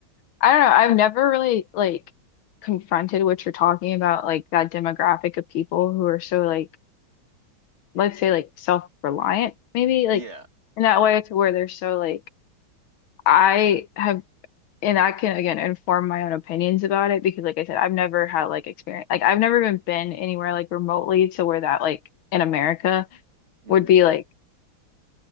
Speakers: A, on the left (about 75°); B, on the right (about 35°).
A: I don't know. I've
B: and I
A: never really like confronted what you're talking about, like that demographic of people who are so like, let's say like self-reliant, maybe like
B: yeah,
A: in that way to where they're so like I have, and I can again inform my own opinions about it because, like I said, I've never had like experience, like I've never even been anywhere like remotely to where that like in America
B: hmm
A: would be like